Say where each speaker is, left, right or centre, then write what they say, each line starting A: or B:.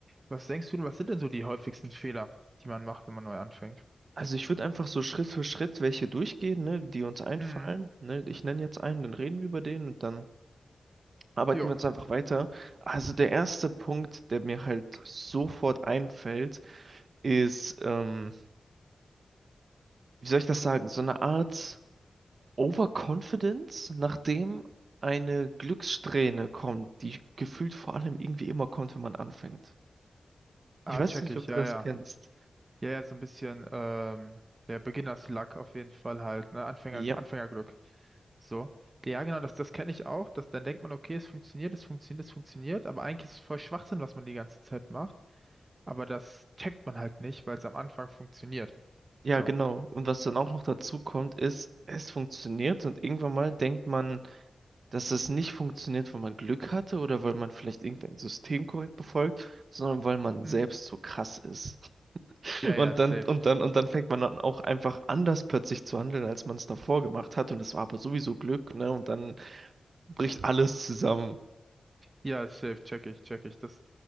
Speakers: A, on the right; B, on the right.
A: Was denkst du denn, was sind denn so die häufigsten Fehler, die man macht, wenn man neu anfängt?
B: Also ich würde einfach so Schritt für Schritt welche durchgehen, ne, die uns einfallen.
A: Hm.
B: Ne? Ich nenne jetzt einen, dann reden wir über den und dann arbeiten
A: Jo.
B: wir uns einfach weiter. Also der erste Punkt, der mir halt sofort einfällt, ist, ähm, wie soll ich das sagen, so eine Art Overconfidence, nachdem eine Glückssträhne kommt, die gefühlt vor allem irgendwie immer kommt, wenn man anfängt. Ich
A: Ah,
B: weiß
A: check
B: nicht,
A: ich.
B: ob du
A: Ja,
B: das
A: ja.
B: kennst.
A: Ja, ja, so ein bisschen, ähm, der Beginner's-Luck auf jeden Fall halt, ne? Anfänger,
B: Ja,
A: Anfängerglück. So. Ja, genau, das, das kenne ich auch. Dass dann denkt man, okay, es funktioniert, es funktioniert, es funktioniert, aber eigentlich ist es voll Schwachsinn, was man die ganze Zeit macht. Aber das checkt man halt nicht, weil es am Anfang funktioniert.
B: ja,
A: So.
B: genau. Und was dann auch noch dazu kommt, ist, es funktioniert und irgendwann mal denkt man, dass es nicht funktioniert, weil man Glück hatte oder weil man vielleicht irgendein System korrekt befolgt, sondern weil man selbst
A: Hm.
B: so krass ist.
A: Ja,
B: Und
A: ja, safe.
B: dann, und dann, und dann fängt man dann auch einfach anders plötzlich zu handeln, als man es davor gemacht hat. Und es war aber sowieso Glück, ne? Und dann bricht alles zusammen.
A: Ja, safe, check ich, check ich. Das,